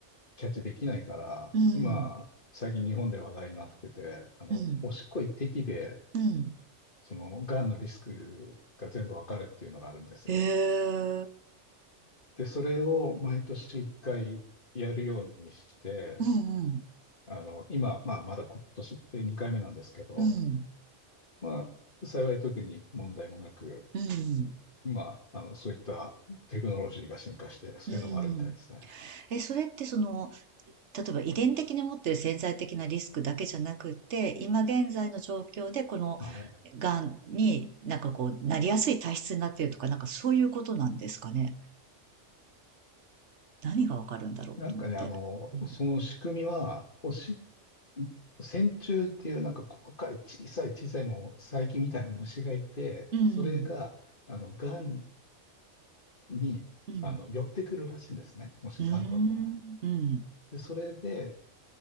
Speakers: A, on the left; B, on the right.
A: キャッチできないから、
B: うん。うん。
A: 今、最近日本で話題になってて、あの、
B: うん。
A: おしっこ一滴で、
B: うん
A: その、がんのリスクが全部わかるっていうのがあるんですよ。
B: へえ。
A: で、それを毎年一回やるようにして、
B: うん。
A: あの、今、まあ、まだ今年で2回目なんですけど、
B: うん。
A: まあ、幸い特に問題もなく、
B: うん。
A: 今、あの、そういったテクノロジーが進化して、そういうのもあるみたいですね。
B: うん。うん。え、それってその、例えば遺伝的に持っている潜在的なリスクだけじゃなくって、今現在の状況でこの
A: はい。
B: 癌になんかこう、なりやすい体質になっているとか、なんかそういうことなんですかね。何がわかるんだろうと思って。
A: なんかね、あの、
B: うん。
A: その仕組みは、おしっ線虫っていうなんか細かい小さい小さいもう細菌みたいな虫がいて、
B: うん
A: それが、あの、がんに、
B: うん。うん。
A: あの、寄ってくるらしいんですね。もしがんだったら。
B: ーん。うん。
A: で、それで、